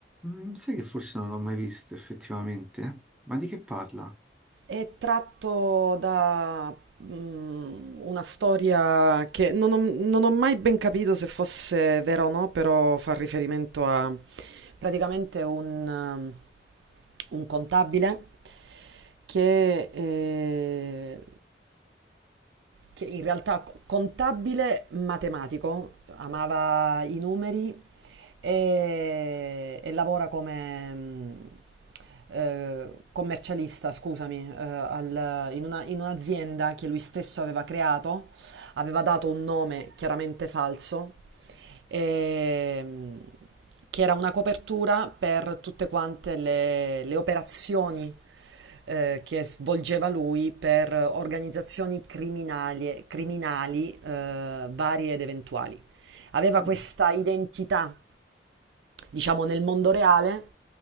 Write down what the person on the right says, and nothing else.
È tratto da mm, una storia che non ho, non ho mai ben capito se fosse vera o no, però fa riferimento a praticamente un, um, un contabile che eh, che in realtà co- contabile matematico, amava i numeri e, e lavora come mm, eh, commercialista, scusami, eh, al- in una- in un'azienda che lui stesso aveva creato, aveva dato un nome chiaramente falso ehm, che era una copertura per tutte quante le, le operazioni eh, che svolgeva lui per organizzazioni criminali, criminali eh, varie ed eventuali. Aveva
questa identità diciamo nel mondo reale,